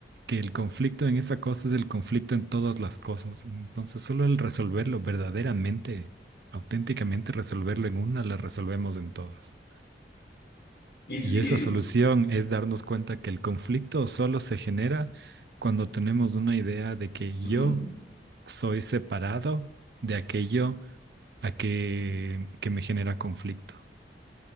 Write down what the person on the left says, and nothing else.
Y sí,
es-
ujú.